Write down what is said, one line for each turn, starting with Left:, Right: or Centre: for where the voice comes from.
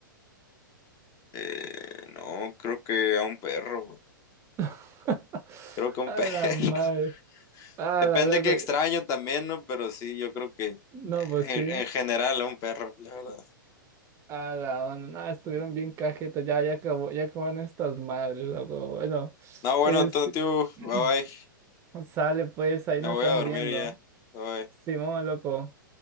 Left: eh, no, creo que a un perro, güey.
Right: <laughs>
Left: Creo que a un
Right: A
Left: perro.
Right: la
Left: <laughs>
Right: madre. A
Left: Depende
Right: la loco.
Left: qué extraño también, ¿no? Pero sí, yo creo que
Right: No, pues
Left: en,
Right: sí.
Left: en general a un perro, la verdad.
Right: A la onda. No, estuvieron bien cajetas. Ya, ya acabó, ya acabaron estas madres, loco. Bueno,
Left: No, bueno,
Right: este.
Left: tío,
Right: <clears throat>
Left: bye bye.
Right: Sale pues, ahí
Left: Me
Right: nos
Left: voy
Right: estamos
Left: a dormir
Right: viendo.
Left: ya. Bye. bye.
Right: Simón, loco.